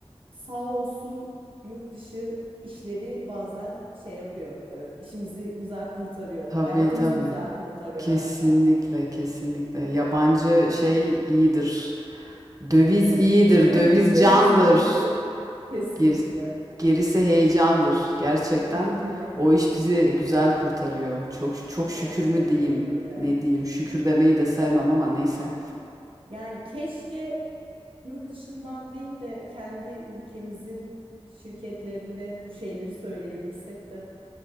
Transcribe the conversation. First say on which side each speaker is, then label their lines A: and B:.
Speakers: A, on the right (about 55°); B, on the right (about 35°).
A: sağ olsun yurt dışı işleri bazen şey yapıyor. Böyle işimizi güzel kurtarıyor.
B: Tabii
A: Hayatımızı
B: tabii.
A: güzel kurtarıyor
B: Kesinlikle
A: hatta.
B: kesinlikle. Yabancı şey iyidir. Döviz
A: Evet.
B: iyidir,
A: <laughs>
B: döviz
A: Döviz
B: candır.
A: iyidir. Kesinlikle.
B: Ger- gerisi heyecandır. Gerçekten
A: <laughs>
B: o iş bizi güzel kurtarıyor. Çok çok
A: Gerçekten
B: şükür mü diyeyim,
A: öyle.
B: ne diyeyim? Şükür demeyi de sevmem ama neyse.
A: Yani keşke yurt dışından değil de kendi ülkemizin şirketlerinde bu şeyleri söyleyebilsek de.